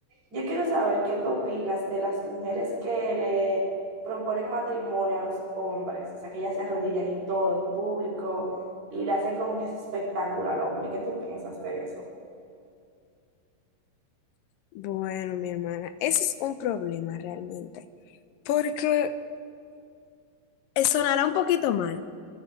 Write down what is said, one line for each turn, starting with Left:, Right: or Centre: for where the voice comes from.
Right: Yo quiero saber qué tú opinas de las mujeres que le proponen matrimonio a los hombres, o sea, que ellas se arrodillan y todo en público y le hacen como que ese espectáculo al hombre. ¿Qué tú piensas de eso?
Left: Bueno, mi hermana, ese es un problema realmente, porque eh, sonará un poquito mal,